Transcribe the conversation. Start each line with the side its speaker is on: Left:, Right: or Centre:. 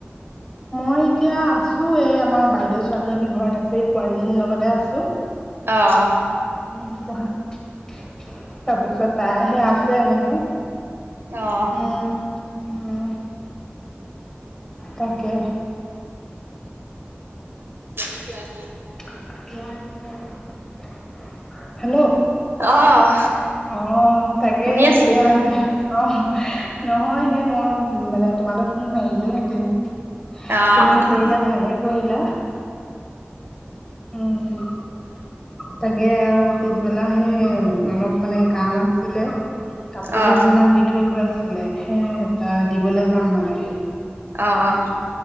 Left: মই এতিয়া আছো এই আমাৰ বাইদেউ ছোৱালীজনীৰ ঘৰত আছেহি পোৱালীজনীৰ লগতে আছো।
Right: অহ।
Left: ওম পহা তাৰপিছত তাই সেই আছে এনেকে।
Right: অ'।
Left: উম উম। তাকে।
Right: কে খোৱাইআছিলে।
Left: <unintelligible> হেল্ল'
Right: অ।
Left: অ তাকে
Right: শুনি আছো
Left: এতিয়া আহ নহয় সেই মই। মানে তোমালৈ ফোন মাৰিলো হেতেন
Right: অ',
Left: তুমি
Right: অ',
Left: কৰিলা ভালে। কৰিলা, উম তাকে আৰু। পিছবেলা সে অলপ মানে কাম আছিলে, কাপোৰ
Right: অ',
Left: কেইযোৰান দি থৈ আহিবা। ছিলে সেই এটা দিবলৈ যাম মানে।
Right: অ',